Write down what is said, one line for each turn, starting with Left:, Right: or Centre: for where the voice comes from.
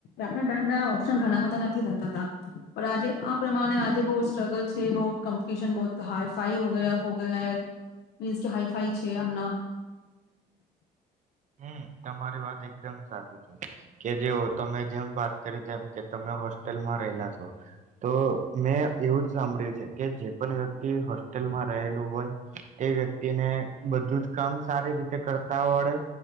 Left: આપણા ટાઈમ આ ઓપ્શન ઘણા બધા નથી થતા હતા પણ આજે આ પ્રમાણે આજે બહુ સ્ટ્રગલ છે બહુ કોમ્પિટિશન બહુ હાઈ ફાઈયા હો ગયા મીન્સ કે હાઈફાઈ છે એમના
Right: હમ તમારી વાત એકદમ સાચી છે કે જેઓ તમે જેમ વાત કરી તેમ કે તમે હોસ્ટેલમાં રહેલા છો તો મેં એવું જ સાંભળ્યું છે કે જે પણ વ્યક્તિ હોસ્ટેલમાં રહેલું હોય તે વ્યક્તિને બધું જ કામ સારી રીતે કર કવાડે